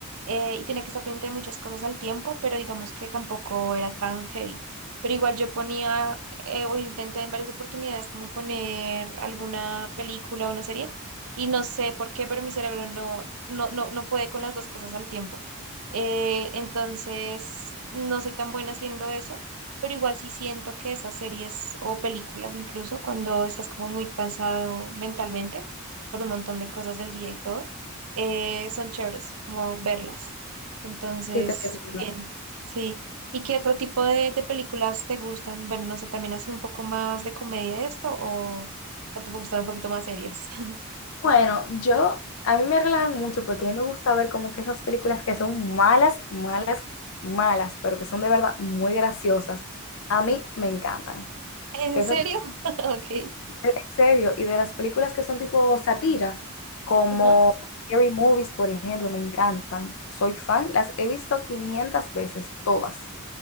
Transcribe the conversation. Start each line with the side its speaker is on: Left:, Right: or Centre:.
Right: eh, y tenía que estar pendiente de muchas cosas al tiempo, pero digamos que tampoco era tan heavy. Pero igual yo ponía eh, o intenté en varias oportunidades como poner alguna película o una serie y no sé por qué, pero mi cerebro no, no, no, no puede con las dos cosas al tiempo. Eh, entonces, no soy tan buena haciendo eso pero igual sí siento que esas series o películas incluso, cuando estás como muy cansado mentalmente por un montón de cosas del día y todo, eh, son chéveres, como verlas. Entonces,
Left: Sí, te entiendo.
Right: bien, sí. ¿Y qué otro tipo de, de películas te gustan? Bueno, no sé, también así un poco más de comedia esto o, o te gustan un poquito más serias. <laughs>
Left: Bueno, yo, a mí me relajan mucho porque a mí me gusta ver como que esas películas que son malas, malas, malas, pero que son de verdad muy graciosas. A mí me encantan.
Right: ¿En
Left: Que esas,
Right: serio? <laughs> Ok.
Left: en serio, y de las películas que son tipo sátira, como
Right: Ajá.
Left: Scary Movies, por ejemplo, me encantan. Soy fan, las he visto 500 veces, todas.